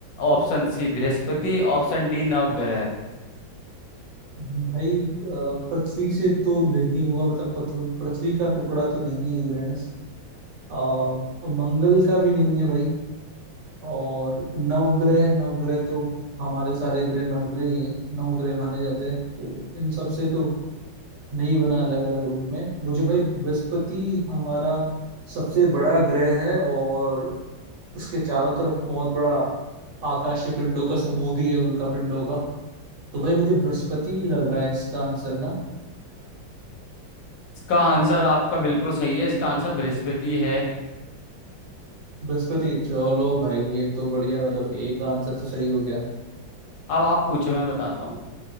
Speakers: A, on the left; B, on the right.
A: ऑप्शन सी बृहस्पति ऑप्शन डी नवग्रह
B: भाई अ, पृथ्वी से तो नहीं हुआ मतलब पथर- पृथ्वी का टुकड़ा तो नहीं है यूरेनस और मंगल का भी नहीं है भाई और नवग्रह नवग्रह तो हमारे सारे ग्रह नवग्रह ही है नवग्रह माने जाते हैं तो इन सब से तो नहीं बना अलग अलग रूप में मुझे भाई बृहस्पति हमारा सबसे बड़ा ग्रह है और उसके चारों तरफ बहुत बड़ा आकाशीय पिंडों का समूह भी है उल्का पिंडों का तो भाई मुझे बृहस्पति लग रहा है इसका आंसर ना
A: इसका आंसर आपका बिल्कुल सही है इसका आंसर बृहस्पति है
B: बृहस्पति चलो भाई ये तो बढ़िया मतलब एक आंसर तो सही हो गया
A: अब आप पूछो मैं बताता